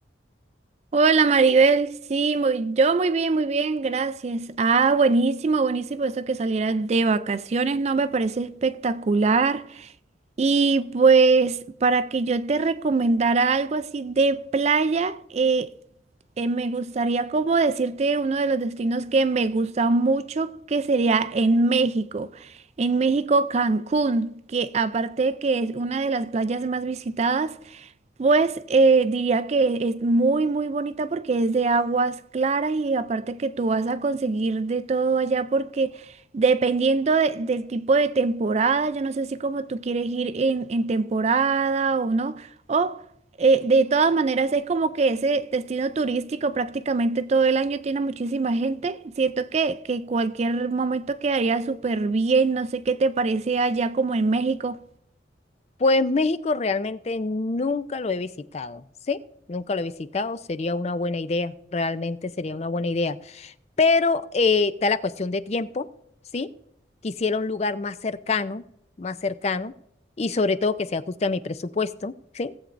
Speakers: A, on the right; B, on the left.
A: Hola Maribel, sí, muy- yo muy bien, muy bien, gracias. Ah, buenísimo, buenísimo eso que salieras de vacaciones, no me parece espectacular. Y pues para que yo te recomendara algo así de playa, eh, eh, me gustaría como decirte uno de los destinos que me gusta mucho, que sería en México. En México, Cancún, que aparte de que es una de las playas más visitadas, pues eh, diría que es muy, muy bonita porque es de aguas claras y aparte que tú vas a conseguir de todo allá porque dependiendo de- del tipo de temporada, yo no sé si como tú quieres ir en, en temporada o no, o eh, de todas maneras es como que ese destino turístico prácticamente todo el año tiene muchísima gente. Siento que, que cualquier momento quedaría súper bien, no sé qué te parece allá como en México.
B: Pues México realmente nunca lo he visitado, ¿sí? Nunca lo he visitado, sería una buena idea, realmente sería una buena idea. Pero eh, está la cuestión de tiempo, ¿sí? Quisiera un lugar más cercano, más cercano, y sobre todo que se ajuste a mi presupuesto, ¿sí?